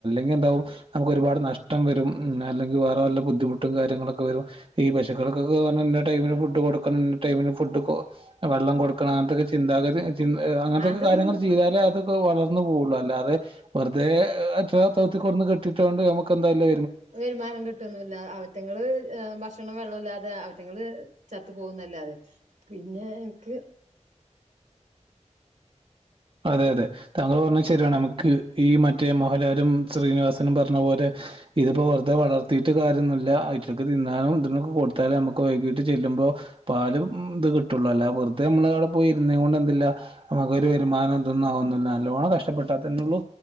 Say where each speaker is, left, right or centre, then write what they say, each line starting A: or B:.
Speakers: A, on the right; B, on the right.
A: ങ്ങിയന്താവും നമുക്ക് ഒരുപാട് നഷ്ടം വരും ഉം അല്ലെങ്കി വേറ വല്ല ബുദ്ധിമുട്ടും കാര്യങ്ങളൊക്കെ വരും ഈ പശക്ക ക്കകൊക്കെ ഇന്ന ടൈമിന് ഫുഡ്‌ കൊടുക്കാന്ന്‌ ഇന്ന ടൈമിന് ഫുഡ്‌കൊ വെള്ളം കൊടു ക്കണം അങ്ങൻത്തൊക്കെ ചിന്താഗതി ചിൻ ഏ അങ്ങനത്തൊക്കെ
B: അതൊന്നും
A: കാര്യങ്ങൾ ചെയ്താലേ അതക്കെ വളർന്നു പോവുള്ളു അല്ലാതെ വെറുതേ
B: അതെ
A: അ തോഴ് ത്ത്കൊട്ന്ന്‌ കെട്ടിട്ടണ്ട് നമക്ക് എന്തലത്
B: വെരുമാനം കിട്ടുവൊന്നുല്ല അവറ്റങ്ങള് ഭക്ഷണം വെള്ളല്ലാതെ അവറ്റങ്ങള് ചത്തു പോകുന്നല്ലാതെ പിന്നെ എനിക്ക്
A: അതെ അതെ താങ്കൾ പറഞ്ഞത് ശരിയാണ് നമുക്ക് ഈ മറ്റേ മോഹൻലാലും ശ്രീനിവാസനും പറഞ്ഞ പോലെ ഇതിപ്പോ വെറുതെ വളർത്തിട്ട് കാര്യോന്നുല്ല അയ്റ്റ്ക്ക്‌ തിന്നാനും ഇതിങ്ങക്ക് കൊടുത്താലേ നമ്മുക്ക് വൈകീട്ട് ചെല്ലു പാലും ഇത് കിട്ടുള്ളൂ അല്ല വെറുതെ നമ്മളവിടെ പോയി ഇരുന്നേ കൊണ്ട് എന്തില്ല നമുക്കൊരു വരുമാനം തന്നാവോന്നില്ല നല്ലോണം കഷ്ടപ്പെട്ട തന്നെള്ളു